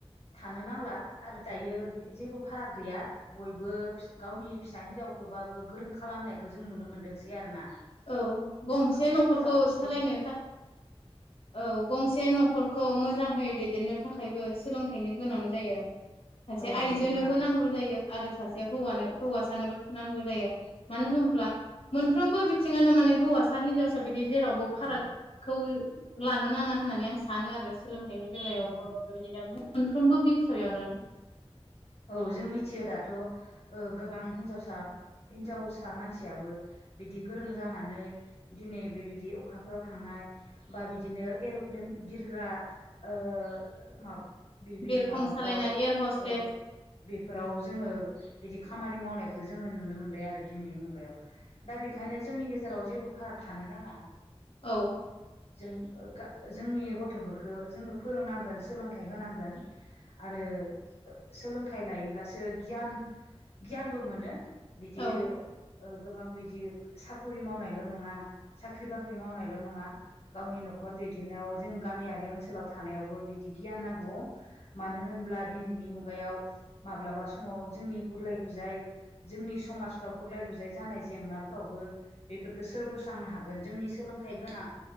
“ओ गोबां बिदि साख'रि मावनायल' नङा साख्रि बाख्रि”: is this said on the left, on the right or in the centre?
Left